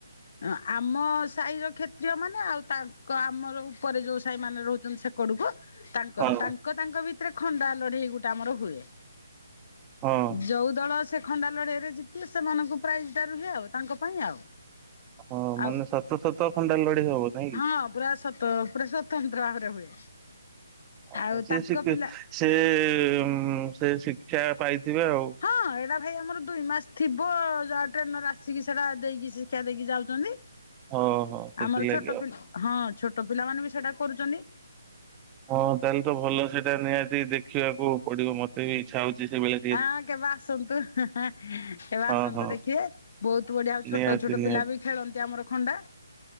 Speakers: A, on the left (about 50°); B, on the right (about 20°).
A: ହଁ ଆମ ସାହିର କ୍ଷେତ୍ରୀୟମାନେ ଆଉ ତାଙ୍କ ଆମର ଉପରେ ଯଉଁ ସାହିମାନେ ରହୁଚନ୍ତି ସେକଡ଼କୁ ତାଙ୍କର
B: ହଁ
A: ତାଙ୍କ ତାଙ୍କ ଭିତରେ ଖଣ୍ଡା ଲଢେଇ ଗୋଟେ ଆମର ହୁଏ।
B: ହଁ।
A: ଯୋଉ ଦଳ ସେ ଖଣ୍ଡା ଲଢେଇରେ ଜିତିଲେ ସେମାନଙ୍କୁ ପ୍ରାଇଜଟା ରୁହେ ଆଉ ତାଙ୍କ ପାଇଁ ଆଉ।
B: ହଁ ମାନେ
A: ଆଉ
B: ସାତ ଥର ତ ଖଣ୍ଡାଲ ଲଢେଇ ହବ ନାଇଁ କି?
A: ହଁ ବ୍ରସ ତ ପୁରା ସ୍ଵତନ୍ତ୍ର ଭାବରେ ହୁଏ। ଆଉ
B: ଓ ସେ
A: ତାଙ୍କ
B: ଶିଖେ
A: ପିଲା
B: ସେ ଉଁ ସେ ଶିକ୍ଷା ପାଇଥିବେ ଆଉ।
A: ହଁ ଏଇଟା ଭାଇ ଆମର ଦୁଇ ମାସ ଥିବ ଯାହା ଟ୍ରେନର ଆସିକି ସେଇଟା ଦେଇକି ଶିକ୍ଷା ଦେଇକି ଯାଉଚନ୍ତି।
B: ହଁ ହଁ ସେଥିଲାଗି
A: ଆମର ଛୋଟ
B: ଆଉ।
A: ପିଲା ହଁ ଛୋଟ ପିଲାମାନୋନେ ବି ସେଇଟା କରୁଚନ୍ତି।
B: ହଁ ତାହେଲେ ତ ଭଲ ସେଇଟା ନିହାତି ଦେଖିବାକୁ ପଡିବ ମୋତେ ବି ଇଚ୍ଛା ହଉଚି ସେଭଳିଆ।
A: ହଁ କେବେ ଆସନ୍ତୁ କେବେ ଆସନ୍ତୁ
B: ହଁ ହଁ।
A: ଦେଖିବେ। ବହୁତ ବଢିଆ ଆଉ
B: ନିହାତି
A: ଛୋଟ ଛୋଟ
B: ନିହାତି
A: ପିଲା ବି ଖେଳନ୍ତି ଆମର ଖଣ୍ଡା।